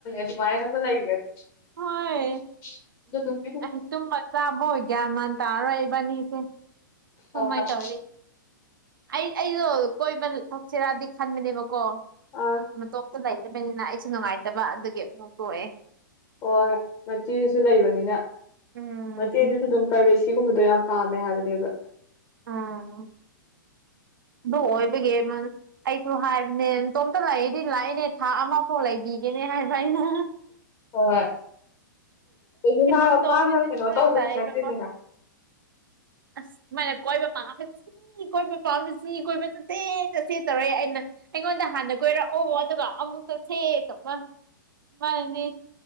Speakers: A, on the left; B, on the right.
A: <unintelligible>
B: ꯍꯣꯏ ꯑꯩ ꯇꯨꯝꯕ ꯆꯥꯕ ꯑꯣꯏꯒ꯭ꯌꯥꯃꯜ ꯇꯥꯔꯔꯣꯏ ꯏꯕꯅꯤꯁꯦ <unintelligible>
A: ꯍꯣꯏ ꯍꯣꯏ
B: ꯇꯧꯔꯤ ꯑꯩ ꯑꯩꯗꯣ ꯀꯣꯏꯕ ꯊꯛꯁꯤꯔꯗꯤ ꯈꯟꯕꯅꯦꯕꯀꯣ
A: ꯑꯪ
B: ꯃꯇꯣꯛꯇ ꯂꯩꯇꯕꯅꯤꯅ ꯑꯩꯁꯨ ꯅꯨꯡꯉꯥꯏꯇꯕ ꯑꯗꯨꯒꯤ ꯑꯃꯨꯛ ꯇꯣꯛꯑꯦ
A: ꯍꯣꯏ ꯃꯆꯦꯁꯨ ꯂꯩꯕꯅꯤꯅ
B: ꯎꯝ
A: ꯃꯆꯦꯗꯨꯁꯨ ꯑꯗꯨꯝ ꯄ꯭ꯔꯥꯏꯚꯦꯁꯤꯒꯨꯝꯕꯗꯣ ꯌꯥꯝ ꯄꯥꯝꯃꯦ ꯍꯥꯏꯕꯅꯦꯕ
B: ꯑꯥ ꯑꯗꯨ ꯑꯣꯏꯕꯒꯤꯃ ꯑꯩꯁꯨ ꯍꯥꯏꯕꯅꯦ ꯏꯇꯣꯝꯇ ꯂꯏꯗꯤ ꯂꯥꯛꯏꯅꯦ ꯊꯥ ꯑꯃꯐꯥꯎ ꯂꯩꯕꯤꯒꯦꯅꯦ ꯍꯥꯏꯕ ꯑꯩꯅ
A: ꯍꯣꯏ ꯑꯗꯒꯤ ꯃꯥ
B: ꯑꯣ
A: ꯃꯥꯅ ꯀꯩꯅꯣ
B: ꯀ
A: ꯇꯧꯕꯁꯨ
B: ꯇ
A: ꯅꯠꯇꯦꯗꯅ
B: ꯇ ꯄ <unintelligible> ꯑꯁ ꯃꯥꯅ ꯀꯣꯏꯕ ꯄꯝꯕꯁꯤ ꯏ ꯀꯣꯏꯕ ꯄꯥꯝꯃꯤꯁꯤ ꯏ ꯀꯣꯏꯕ ꯆꯠꯁꯦ ꯆꯠꯁꯦ ꯇꯧꯔꯦ ꯑꯩꯅ ꯑꯩꯉꯣꯟꯗ ꯍꯥꯟꯅ ꯀꯣꯏꯔꯛꯑꯣ ꯑꯗꯨꯒ ꯑꯃꯨꯛ ꯆꯠꯁꯦ ꯃꯥꯅꯅꯦ